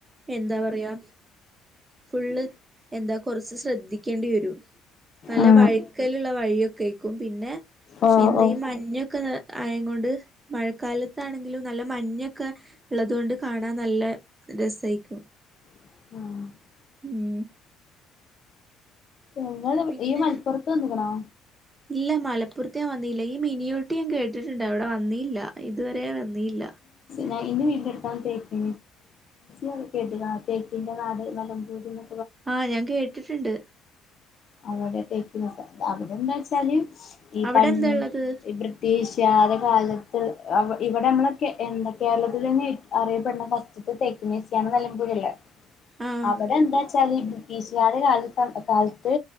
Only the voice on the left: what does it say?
ആഹ്
ഓ
ഓ
ഉം
ഞങ്ങള്
ഈ മലപ്പുറത്ത് വന്ന്ക്ക്ണോ
ഞാൻ ഇന്ന വീട്ടിൻ്റെടുത്താണ് തേക്കീ <unintelligible> തേക്കിൻ്റെ നാട് നെലമ്പൂര്ന്ന്
അവിട <unintelligible> അവിടെന്ന് വെച്ചാല് ഈ
പ
ബ്രിട്ടീഷ് തകാലത്ത് ഇവിടെ നമ്മളെക്കെ എന്തെക്കെ കേരളത്തിലന്നെ അറിയപ്പെടുന്ന ഫസ്റ്റിത്ത തേ <unintelligible> നെലമ്പൂരിള്ള
അവിടെ എന്താ വെച്ചാല് ഈ ബ്രിട്ടീഷുകാരുടെ കാലത്ത് കാല ത്ത്